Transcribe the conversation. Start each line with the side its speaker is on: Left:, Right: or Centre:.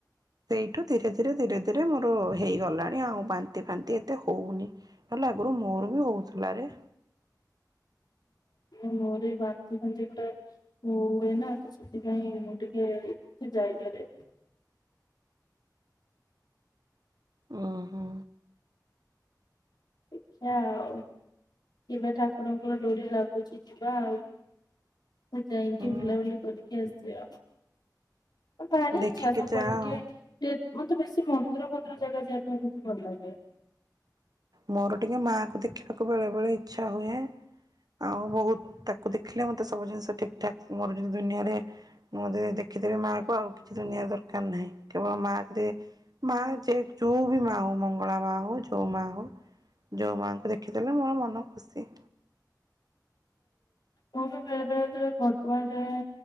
Right: ସେଇଠୁ ଧୀରେ ଧୀରେ ଧୀରେ ଧୀରେ ମୋର ହେଇଗଲାଣି ଆଉ ବାନ୍ତି ଫାନ୍ତି ଏତେ ହଉନି। ହେଲେ ଆଗରୁ ମୋର ବି ହଉଥିଲା ରେ।
Left: ମୋର ଏଇ ବାନ୍ତି ଫାନ୍ତି ଟା ହ ହୁଏନା ତ ସେଥିପାଇଁ ମୁଁ ଟିକେ କି ଯାଇପାରେ।
Right: ଉଁ ହୁଁ।
Left: ଦେଖିବା ଆଉ। କେବେ ଠାକୁରଙ୍କର ଡୋରି ଲାଗୁଛି ଯିବା ଆଉ। ଯାଇକି
Right: ହୁଁ
Left: ବୁଲାବୁଲି କରି <unintelligible> ଆସିବା। ଭାରି
Right: ଦେଖିକି
Left: ଇଛା ସବକର
Right: ଯା
Left: ଟିକେ
Right: ଆଉ
Left: ଯେ ମତେ ବେଶୀ ମନ୍ଦିର ଭନ୍ଦୀର ଜାଗା ଯିବା ପାଇଁ ବହୁତ ଭଲ ଲାଗେ।
Right: ମୋର ଟିକେ ମା କୁ ଦେଖିବାକୁ ବେଳେ ବେଳେ ଇଚ୍ଛା ହୁଏ। ଆଉ ବହୁତ ତାକୁ ଦେଖିଲେ ମୋତେ ସବୁ ଜିନିଷ ଠିକ ଠାକ୍ ମୋର ଯଦି ଦୁନିଆରେ ମୁଁ ଯଦି ଦେଖିଦେବି ମାଆ କୁ ଆଉ କିଛି ଦୁନଆ ଦରକାର ନାହିଁ। କେବଳ ମାଆ ଯଦି ମା ଯେ ଯୋଉ ବି ମା ହଉ ମଙ୍ଗଳା ମା ହଉ, ଯୋଉ ମା ହଉ ଯୋଉ ମା ଙ୍କୁ ଦେଖିଦେଲେ ମୋର ମନ ଖୁସି।
Left: ମୁଁ ତ ବେଳେ ବେଳେ ଥରେ <unintelligible> ଯାଏ।